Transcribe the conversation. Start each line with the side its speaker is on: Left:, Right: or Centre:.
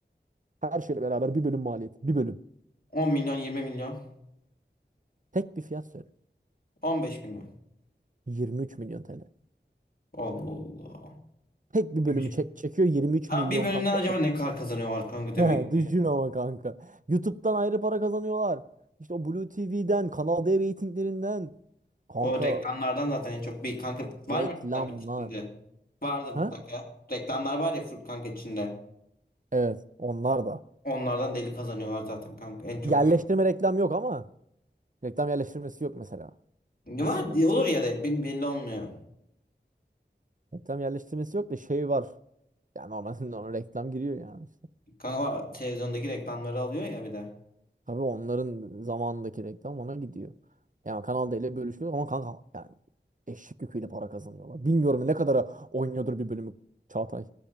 Right: Her şeyle beraber bir bölüm maliyeti. Bir bölüm.
Left: 10 milyon, 20 milyon,
Right: Tek bir fiyat söyle.
Left: 15 milyon.
Right: 23 milyon TL.
Left: Allah Allah.
Right: Tek bir
Left: Kimmiş?
Right: bölümü çek çekiyor 23
Left: Ha
Right: milyon
Left: bir bölümden
Right: kanka.
Left: acaba
Right: ek.
Left: ne kadar kazanıyorlar kanka demek
Right: <laughs>
Left: ki.
Right: Düşün ama kanka. YouTube'dan ayrı para kazanıyorlar. İşte o Blue TV'den, Kanal D reytinglerinden. Kanka
Left: O reklamlardan zaten en çok bir kanka var
Right: reklamlar.
Left: mı reklam içinde? Vardır mutlaka.
Right: Ha?
Left: Reklamlar var ya full kanka içinde.
Right: Evet, onlar da.
Left: Onlardan deli kazanıyorlar zaten kanka en çok.
Right: Yerleştirme reklam yok ama reklam yerleştirmesi yok mesela
Left: Var
Right: aslında.
Left: diye olur ya da bil- belli olmuyor.
Right: Reklam yerleştirmesi yok da şey var. Yani normalde <laughs> ona reklam giriyor yani.
Left: Kanka o televizyondaki reklamları alıyor ya bir de.
Right: Tabii onların zamanındaki reklam ona gidiyor. Yani Kanal D ile bölüşüyor ama kanka yani eşek yüküyle para kazanıyorlar. Bilmiyorum ne kadara oynuyordur bir bölümü Çağatay.